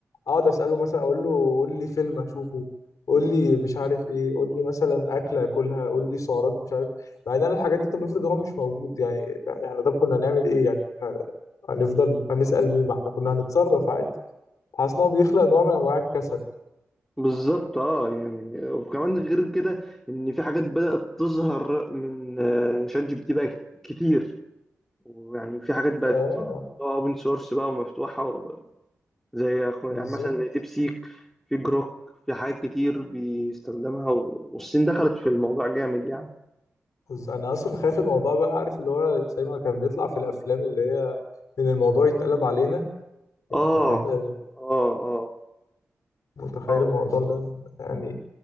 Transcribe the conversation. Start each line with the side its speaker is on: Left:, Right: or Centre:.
Left: اقعد اساله مثلا اقول له قول لي فيلم اشوفه قول لي مش عارف ايه قول لي مثلا اكله اكلها قول لي سعرات مش عارف بعدين انا الحاجات دي طب افرض هو مش موجود يعني احنا طب كنا هنعمل ايه يعني كنا هنفضل هنسال مين ما احنا كنا هنتصرف عادي حاسس ان هو بيخلق نوع من انواع الكسل
Centre: بالظبط اه يعني وكمان غير كده ان في حاجات بدأت تظهر من آه، شات جي بي تي بقى ك- كتير ويعني في حاجات بقت
Left: اه
Centre: اوبن سورس بقى ومفتوحة و- زي أخو- يعني
Left: بالظبط
Centre: مثلا زي ديب سيك في جروك في حاجات كتير بيستخدمها و- والصين دخلت في الموضوع جامد يعني
Left: بس انا اصلا خايف الموضوع بقى عارف اللي هو زي ما كان بيطلع في الافلام اللي هي ان الموضوع يتقلب علينا يعني
Centre: اه
Left: ان احنا
Centre: اه اه
Left: متخيل
Centre: اه
Left: الموضوع ده يعني